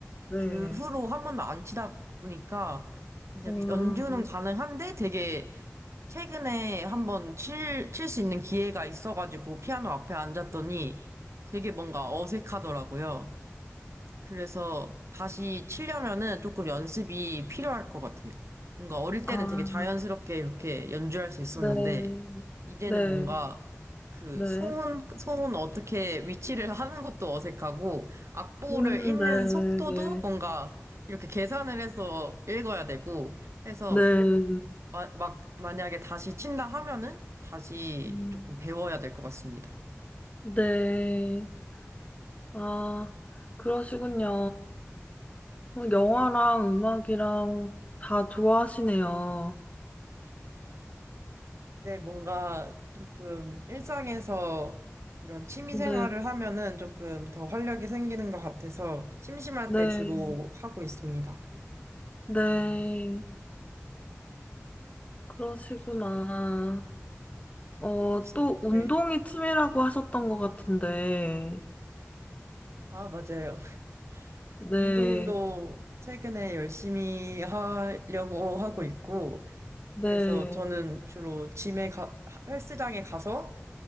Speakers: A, on the left; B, on the right.
A: 네.
B: 그 후로 한 번도 안 치다 보니까, 이제
A: 음,
B: 연주는 가능한데 되게 최근에 한번 칠, 칠 수 있는 기회가 있어가지고 피아노 앞에 앉았더니 되게 뭔가 어색하더라고요. 그래서 다시 치려면은 조금 연습이 필요할 것 같아요. 뭔가 어릴 때는
A: 아,
B: 되게 자연스럽게 이렇게 연주할 수 있었는데,
A: 네.
B: 이제는
A: 네.
B: 뭔가 그
A: 네.
B: 손, 손 어떻게 위치를 하는 것도 어색하고, 악보를
A: 음,
B: 읽는
A: 네.
B: 속도도
A: 네.
B: 뭔가 이렇게 계산을 해서 읽어야 되고, 해서
A: 네.
B: 마- 막 만약에 다시 친다 하면은 다시
A: 음,
B: 조금 배워야 될 것 같습니다.
A: 네. 아, 그러시군요. 어, 영화랑 음악이랑 다 좋아하시네요.
B: 네, 뭔가 조금 일상에서 이런 취미
A: 네,
B: 생활을 하면은 조금 더 활력이 생기는 것 같아서 심심할
A: 네,
B: 때 주로 하고 있습니다.
A: 네.
B: 어, 네.
A: 그러시구나. 어,
B: 어, 혹시,
A: 또 운동이
B: 네.
A: 취미라고 하셨던 것 같은데.
B: 아, 맞아요. <laughs>
A: 네,
B: 운동도 최근에 열심히 하려고 하고 있고,
A: 네,
B: 그래서 저는 주로 짐에 가, 헬스장에 가서